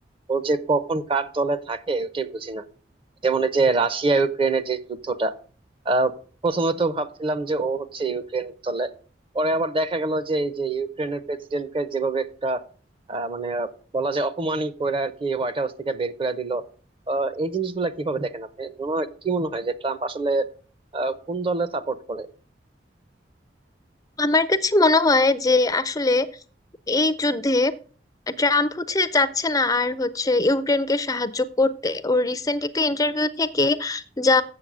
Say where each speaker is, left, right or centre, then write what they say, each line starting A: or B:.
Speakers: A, on the right (about 30°); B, on the left (about 20°).
A: ও যে কখন কার দলে থাকে ওটাই বুঝি না যেমন এই যে রাশিয়া ইউক্রেনের যে যুদ্ধটা আহ, প্রথমে তো ভাবছিলাম যে ও হচ্ছে ইউক্রেনের দলে পরে আবার দেখা গেল যে এই যে ইউক্রেনের প্রেসিডেন্টকে যেভাবে একটা আহ, মানে বলা যায় অপমানই করে আর কি হোয়াইট হাউস থেকে বের করে দিল আহ, এই জিনিসগুলা কিভাবে দেখেন আপনি মনে হয় কি মনে হয় যে ট্রাম্প আসলে আহ, কোন দলে সাপোর্ট করে
B: আমার কাছে মনে হয় যে আসলে এই যুদ্ধে ট্রাম্প হচ্ছে চাচ্ছে না আর হচ্ছে ইউক্রেনকে সাহায্য করতে ও রিসেন্ট একটা ইন্টারভিউ থেকে যা